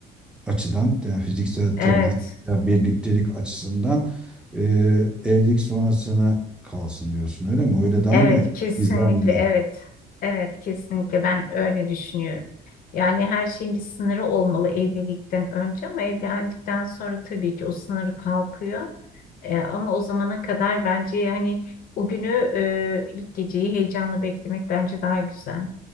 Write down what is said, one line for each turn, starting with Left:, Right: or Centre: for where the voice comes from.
Centre: açıdan yani fiziksel temas
Left: evet.
Centre: ya birliktelik açısından e, evlilik sonrasına kalsın diyorsun öyle mi? Öyle daha
Left: Evet,
Centre: mı
Left: kesinlikle
Centre: gizemli?
Left: evet. Evet, kesinlikle ben öyle düşünüyorum. Yani her şeyin bir sınırı olmalı evlilikten önce ama evlendikten sonra tabii ki o sınır kalkıyor. E, ama o zamana kadar bence hani o günü e, ilk geceyi heyecanla beklemek bence daha güzel.